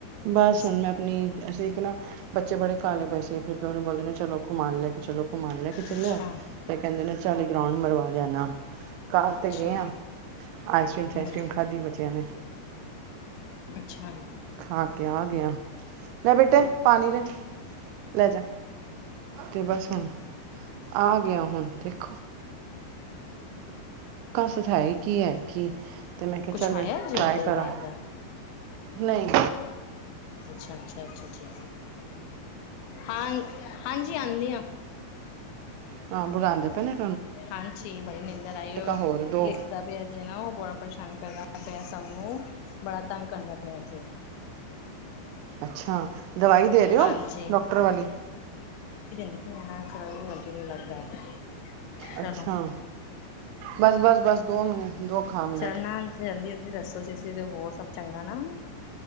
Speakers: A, on the right; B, on the left.
A: ਬਸ
B: ਸਹੀ
A: ਹੁਣ ਮੈਂ
B: ਗੱਲ।
A: ਆਪਣੀ ਠੀਕ ਨਾ ਬੱਚੇ ਬੜੇ ਕਾਲੇ ਪਏ ਸੀ, ਆਪਣੇ ਪਿਉ ਨੂੰ ਬੋਲਦੇ ਨਾ ਚਲੋ ਘੁਮਾ ਲੈ ਕੇ ਚਲੋ, ਘੁਮਾ ਲੈ ਕੇ ਚਲੋ,
B: ਅੱਛਾ
A: ਤੇ ਕਹਿੰਦੇ ਨੇ ਚਲੋ ਇਕ ਰਾਊਂਡ ਮਰਵਾ ਲਿਆ ਨਾ ਕਾਰ
B: ਅੱਛਾ
A: ਤੇ ਗਏ ਆਂ, ਆਈਸ ਕ੍ਰੀਮ ਸ਼ਾਇਸ
B: ਹਮ
A: ਕ੍ਰੀਮ ਖਾਧੀ ਬੱਚਿਆਂ ਨੇ
B: ਅੱਛਾ
A: ਖਾ ਕੇ ਆ ਗਏ ਆਂ। ਲੈ ਬੇਟੇ, ਪਾਣੀ ਦੇ, ਲੈ ਜਾ ਤੇ ਬਸ ਹੁਣ ਆ ਗਿਆ ਹੁਣ ਦੇਖ ਸੁਥਾਈ ਕੀ ਹੈ ਕੀ ਤੇ ਮੈਂ ਕਿਹਾ
B: ਕੁਛ
A: ਚੱਲ
B: ਆਇਆ ਜੀ
A: ਟਰਾਈ
B: ਉਹਦੇ
A: ਕਰਾਂ।
B: ਬਾਅਦ
A: ਨਹੀਂ।
B: ਅੱਛਾ -ਅੱਛਾ -ਅੱਛਾ ਜੀ ਹਾਂ ਹਾਂਜੀ ਆਂਦੀ ਆ।
A: ਹਾਂ ਬੁਲਾਉਂਦੇ ਪੈਣੇ।
B: ਹਾਂਜੀ ਬੜੀ ਨਿੰਦਰ ਆਈ ਉਹ
A: ਹੋਰ ਦੋ
B: ਲਿਖਦਾ ਪਿਆ ਜਿਹ ਨਾ ਉਹ ਬੜਾ ਪਰੇਸ਼ਾਨ ਕਰਦਾ ਪਿਆ ਸਭ ਨੂੰ ਬੜਾ ਤੰਗ ਕਰਦਾ ਪਿਆ ਜੇ
A: ਅੱਛਾ ਦਵਾਈ ਦੇ ਰਹੇ ਹੋ
B: ਹਾਂਜੀ
A: ਡਾਕਟਰ ਵਾਲੀ
B: ਗਟੀ ਲੱਗਦਾ <unintelligible>
A: ਅੱਛਾ
B: ਚਲੋ
A: ਬਸ- ਬਸ -ਬੱਸ ਦੋ ਮਿੰਟ ਖਾ ਮਿੰਟ
B: ਚੜਨਾ ਜਲਦੀ ਜਲਦੀ ਦੱਸੋ ਤੁਸੀ ਤੇ ਹੋਰ ਸਭ ਚੰਗਾ ਨਾ।